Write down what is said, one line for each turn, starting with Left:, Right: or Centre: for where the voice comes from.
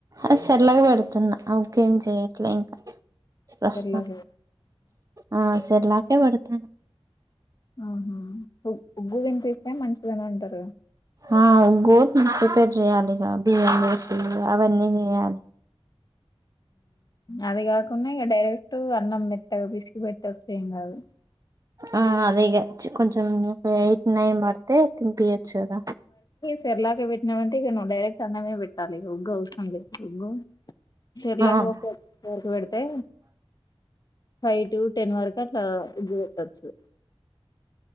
Right: అ సర్లగా పెడుతున్నా అవ్ ఇంకేం చేయట్లే ఇంకా ప్రస్తుతం
Left: పెర్లాకు
Right: ఆ చే చెల్లాకే పడుతాన్
Left: ఆహ ఉగ్గు తింటే ఇట మంచి ఇంట్లోనే ఉంటరుగా
Right: ఆ గో ప్రిపేర్ చెయ్యాలిగ బియ్యం వస్తులు అవన్నీ చేయాలి.
Left: అది కాకుండా ఇగ డైరెక్ట్ అన్నం మెత్తగా పిసికి పెట్టొచ్చు ఏం కాదు.
Right: ఆ అదేగా చ్ కొంచెం ఎయిట్ నైన్ బడ్ తే తింపియచ్చుగద
Left: తెర్లాకే పెట్టినావ అంటే ఇక నువ్వుడైరెక్ట్ అన్నమే పెట్టాలిగ ఉగ్గు అవసరంలే ఉగ్గు సిర్లాకి
Right: ఆ
Left: ఒక ఫోర్ వరకు పెడితే ఫైవ్ టు టెన్ వరకు అట్లా ఉగ్గు పెట్టచ్చు.